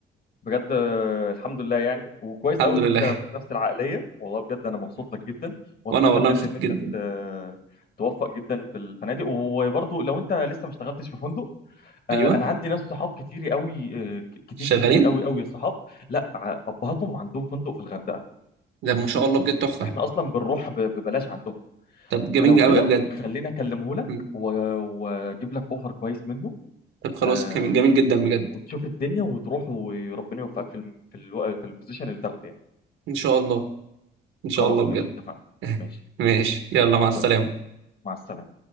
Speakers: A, on the left (about 50°); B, on the right (about 80°).
A: بجد آه، الحمد لله يعني وكويس
B: الحمد
A: قوي
B: لله
A: ان انت في
B: <laughs>
A: نفس العقلية والله بجد انا مبسوط لك جدا واتمنى
B: وانا والله
A: بجد
B: مبسوط
A: ان انت
B: جدا
A: ت- توفق جدا في الفنادق وبرضه لو انت لسه ما اشتغلتش في فندق آه،
B: ايوه
A: انا عندي ناس صحاب كتير قوي آه، ك- كتير
B: شغالين
A: كتير قوي قوي صحاب لا ع- ابهاتهم عندهم فندق في الغردقة
B: ده ما شاء الله بجد تحفه
A: احنا اصلا بنروح ب- ببلاش عندهم
B: طب جميل
A: فلو كده
B: قوي بجد
A: خليني اكلمه لك
B: مم.
A: و- واجيب لك اوفر كويس منه
B: طب خلاص
A: آه
B: جميل جميل جدا بجد
A: وتشوف الدنيا وتروح وربنا يوفقك في الم- في الو... في البوزيشن اللي تاخده يعني
B: ان شاء الله ان شاء
A: خلاص
B: الله بجد
A: ماشي اتفقنا
B: <laughs>
A: ماشي
B: ماشي يلا مع السلامة
A: يلا مع السلامة